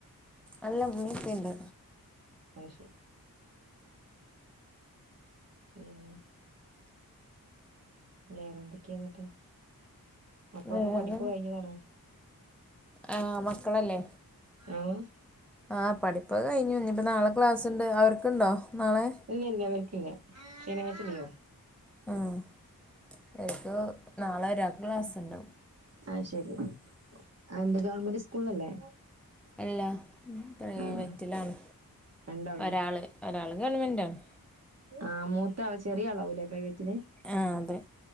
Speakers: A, in the centre; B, on the right.
A: അല്ല ഇമ്മിംപ്പിണ്ട്
B: അയ് ശെരി പിന്നെ വേറെന്തെക്കെന്നിട്ട് മക്കളൊക്കെ
A: വേറെ
B: പഠിപ്പ് കഴിഞ്ഞതാണോ?
A: ആഹ്.. മക്കളല്ലേ
B: ആഹ്
A: ആ പഠിപ്പൊക്കെ കയിഞ്ഞു ഇഞ്ഞിപ്പൊ നാളെ ക്ലാസ്ണ്ട് അവർക്ക്ണ്ടൊ നാളെ?
B: ഇല്ല്യല്ല്യ ഇവർക്കില്ല ശനിയാഴ്ച ലീവാ
A: ആഹ് ഇവര്ക്കു നാളെ ഒരാക്ക് ക്ലാസ്ണ്ട്
B: അഹ് ശെരി ആ എന്താ ഗവൺമെന്റ് സ്കൂൾള്ളല്ലേ?
A: എല്ല പ്രൈവറ്റിലാണ്
B: ആഹ് രണ്ടാളോ
A: ഒരാള് ഒരാള് ഗവൺമെന്റാന്ന്
B: ആഹ മൂത്താള് ചെറിയാളാവൂലെ പ്രൈവറ്റില്
A: ആഹ് അതെ